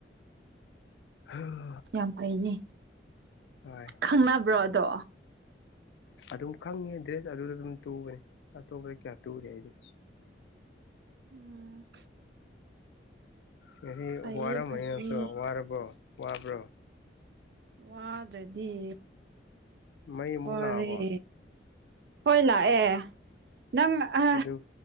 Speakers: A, on the left (about 75°); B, on the right (about 65°).
A: ꯍꫭ
B: ꯌꯥꯝ ꯐꯩꯅꯦ
A: ꯍꯣꯏ
B: ꯈꯪꯅꯕ꯭ꯔꯣꯗꯣ
A: ꯑꯗꯨꯝ ꯈꯪꯉꯦ ꯗ꯭ꯔꯦꯁ ꯑꯗꯨꯗ ꯑꯗꯨꯝ ꯇꯨꯕꯅꯤ ꯑꯇꯣꯞꯄꯗ ꯀꯌꯥ ꯇꯨꯗꯦ ꯑꯩꯗꯤ
B: ꯎꯝ
A: ꯉꯁꯤ
B: ꯐꯩꯌꯦ
A: ꯋꯥꯔꯃꯅꯤ
B: ꯐꯩꯌꯦ
A: ꯅꯪꯁꯨ ꯋꯥꯔꯕꯣ ꯋꯥꯕ꯭ꯔꯣ
B: ꯋꯥꯗ꯭ꯔꯗꯤ
A: ꯃꯩ ꯑꯃꯨꯛ
B: ꯋꯥꯔꯦ
A: ꯂꯥꯛꯑꯕꯣ
B: ꯍꯣꯏ ꯂꯥꯛꯑꯦ ꯅꯪ ꯑ
A: ꯑꯗꯨ